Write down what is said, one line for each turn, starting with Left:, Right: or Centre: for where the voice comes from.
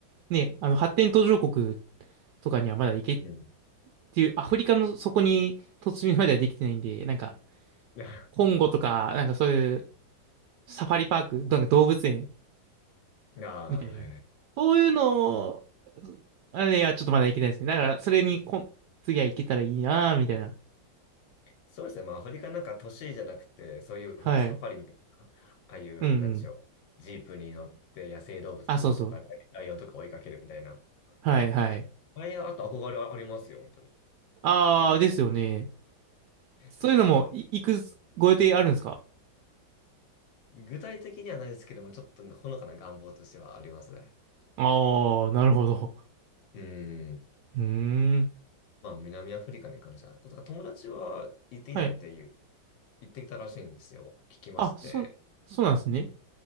Right: ね、あの発展途上国とかにはまだ行けっ
Left: うん。
Right: ていう、アフリカのそこに突入まではできてないんで、なんか
Left: <laughs>
Right: コンゴとか、なんかそういうサファリパーク、なんか動物園
Left: ああ、
Right: みたいな。
Left: はいはい
Right: そういうのを、あれはちょっとまだいけないですね。だから、それにこん、次はいけたらいいなぁ、みたいな。
Left: そうですね。まあ、アフリカなんか都市じゃなくて、そういう本当サファリみたいな、
Right: はい。
Left: ああいう、
Right: うんうん。
Left: なんでしょう。ジープに乗って野生動物、
Right: あ、
Left: ゾウとかライライオンとか追いかけるみたいな。
Right: そうそう。はいはい。
Left: うん。あれ、あと憧れありますよ、本当に。
Right: ああ、
Left: うん。
Right: ですよね。そういうのも、
Left: ですよね
Right: い、行くご予定あるんですか
Left: 具体的にはないですけども、ちょっとほのかな願望としてはありますね。
Right: ああー、なるほど。
Left: うん。
Right: うーん。
Left: まあ、南アフリカに関しては、とか友達は行ってきたっていう、
Right: はい。
Left: 行ってきたらしいんですよ。聞きまして。
Right: あ、そ、そうなんですね。